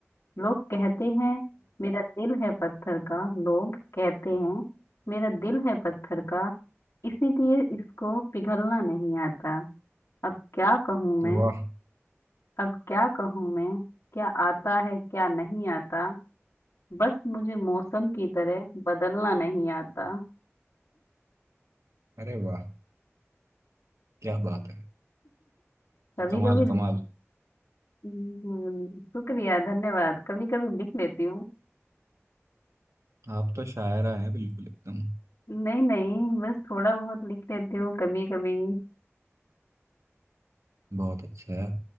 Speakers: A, on the left; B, on the right.
A: लोग कहते हैं मेरा दिल है पत्थर का लोग कहते हैं मेरा दिल है पत्थर का इसीलिए इसको पिघलना नहीं आता अब क्या कहूँ मैं
B: वाह वाह।
A: अब क्या कहूँ मैं क्या आता है क्या नहीं आता बस मुझे मौसम की तरह बदलना नहीं आता
B: अरे वाह क्या बात है
A: कभी
B: कमाल
A: कभी लिख
B: कमाल
A: हम्म, शुक्रिया धन्यवाद कभी कभी लिख लेती हूँ
B: आप तो शायरा हैं बिल्कुल एकदम
A: नहीं नहीं बस थोड़ा बहुत लिख लेती हूँ कभी कभी
B: बहुत अच्छा है